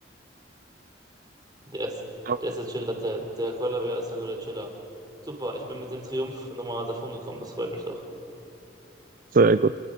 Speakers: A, on the right; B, on the right.
A: Der ist,
B: ich glaub,
A: der ist der Chiller. Der, der Koalabär ist halt nur der Chiller. Super, ich bin mit dem Triumph nochmal davon gekommen. Das freut mich doch.
B: sehr gut.